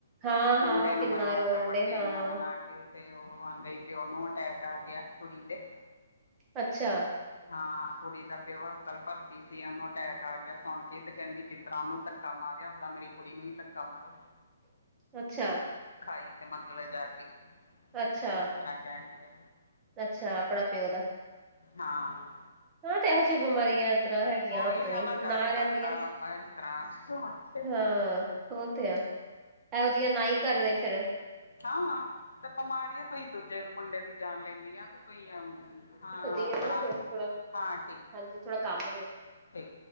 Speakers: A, on the right; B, on the left.
A: ਹਾਂ ਹਾਂ
B: ਮੁੰਡੇ ਨੂੰ
A: ਕਿੰਨਾ
B: ਮਰਵਾਤਾ,
A: ਰੋਣ
B: ਬਰਡੇ
A: ਡੇ ਹਾਂ
B: ਇੰਨਾ ਮਨਾ ਕੇ ਤੇ ਉਹ ਆਂਦੇ ਹੀ ਪਿਓ ਨੂੰ, ਅਟੈਕ ਆ ਗਿਆ ਕੁੜੀ ਦੇ।
A: ਅੱਛਾ
B: ਹਾਂ ਕੁੜੀ ਦਾ ਪਿਓ ਹਸਪਤਾਲ ਭਰਤੀ ਸੀ ਉਹਨੂੰ ਅਟੈਕ ਆ ਗਿਆ ਸੁਣ ਕੇ ਤੇ ਕਹਿੰਦੀ ਜਿਸ ਤਰ੍ਹਾਂ ਉਹਨੂੰ ਧੱਕਾ ਮਾਰਿਆ ਓਦਾਂ ਮੇਰੀ ਕੁੜੀ ਨੂੰ ਵੀ ਧੱਕਾ ਮਾਰੋ
A: ਅੱਛਾ
B: ਖਾਈ ਮਤਲਬ ਜਾ ਕੇ
A: ਅੱਛਾ
B: ਉਹ ਇਸ ਤਰ੍ਹਾਂ ਕਹਿੰਦੇ ਕਹਿਣ ਡੇ ਹੈ
A: ਅੱਛਾ ਆਪਣਾ ਪਿਉ ਦਾ
B: ਹਾਂ।
A: ਹਾਂ ਤੇ ਐਹੋ ਜਿਹੀ, ਬਿਮਾਰੀ ਹੈ। ਤਰ੍ਹਾਂ ਹੈਗੀਆ,
B: ਉਹੀ
A: ਪਤਾ ਨੀ,
B: ਆ ਡਰ
A: ਨਾ
B: ਹੀ ਲੱਗਦਾ
A: ਰਹਿੰਦੀਆਂ
B: ਵਾ ਇਸ ਤਰ੍ਹਾਂ ਸੁਣ ਕੇ
A: ਹਾਂ, ਹੋ ਇਹੋ ਜਿਹੀਆਂ, ਨਾ ਹੀ ਕਰਦੇ ਫੇਰ
B: ਹਾਂ -ਹਾਂ, ਤੇ ਬਿਮਾਰੀਆਂ ਭਈ ਦੂਜੇ ਮੁੰਡੇ ਦੀ ਜਾਨ ਲੈਂਦੀ ਆ, ਤੇ ਤੁਸੀਂ ਹਾਂ।
A: ਦੀ
B: ਆਪਣਾ
A: ਆ ਨਾ, ਫਿਰ ਥੋੜਾ
B: ਹਾਂ ਠੀਕ
A: ਹਾਂਜੀ ਥੋੜਾ ਕੰਮ ਆ ਮੇ
B: ਠੀਕ